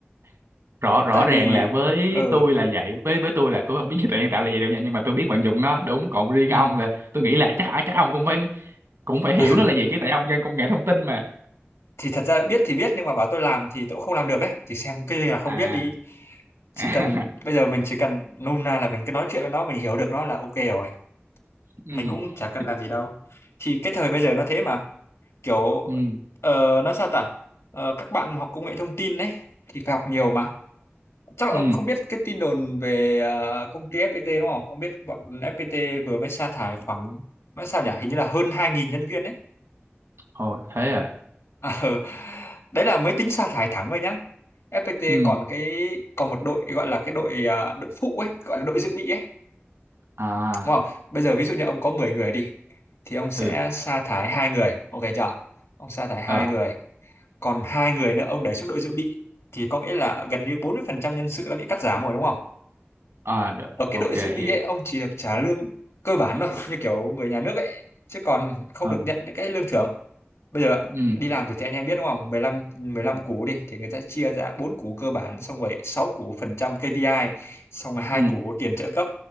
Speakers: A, on the right; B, on the left.
A: rõ rõ
B: tại vì
A: ràng là với
B: ờ
A: tôi là vậy với với tôi là tôi không biết trí tuệ nhân tạo là gì đâu nha nhưng mà tôi biết vận dụng nó đúng còn riêng
B: ừ
A: ông là tôi nghĩ là chắc à, chắc ông cũng phải cũng
B: <laughs>
A: phải hiểu nó là gì chứ tại ông dân công nghệ thông tin mà
B: thì thật ra biết thì biết nhưng mà bảo tôi làm thì tôi cũng không làm được ấy thì xem cái gì là không
A: à,
B: biết đi chỉ
A: à
B: cần
A: <laughs>
B: bây giờ mình chỉ cần nôm na là mình cứ nói chuyện với nó mình hiểu được nó là ok rồi
A: ừ
B: mình cũng chả cần
A: chính
B: làm gì đâu
A: xác.
B: thì cái thời bây giờ nó thế mà kiểu
A: ừ
B: ờ, nói sao ta Ờ, các bạn học công nghệ thông tin đấy thì phải học nhiều mà chắc là
A: ừ
B: ông không biết cái tin đồn về ờ, công ty FPT đúng không ông biết bọn FPT vừa mới sa thải khoảng nói sao nhỉ hình như là hơn 2.000 nhân viên đấy
A: Ồ, thế à
B: à, ừ. <laughs> đấy là mới tính sa thải thẳng thôi nhá FPT
A: ừ
B: còn cái còn một đội gọi là cái đội à, đội phụ ấy gọi là đội dự bị ấy
A: à
B: đúng không? Bây giờ ví dụ như ông có 10 người đi thì ông sẽ
A: ừ
B: sa thải hai người, ok chưa? Ông sa thải hai
A: ờ
B: người, còn hai người nữa ông đẩy xuống đội dự bị thì có nghĩa là gần như 40% nhân sự đã bị cắt giảm rồi đúng không?
A: à, được.
B: Ở
A: ok
B: cái đội dự bị
A: hiểu
B: ấy ông chỉ được trả lương cơ bản thôi, như kiểu người nhà nước ấy, chứ còn không
A: ừ
B: được nhận những cái lương thưởng bây giờ
A: ừ
B: đi làm rồi thì anh em biết đúng không 15 15
A: ừ
B: cú đi thì người ta chia ra bốn cú cơ bản xong rồi 6 cú phần trăm KPI xong rồi hai
A: ừ
B: cú tiền trợ cấp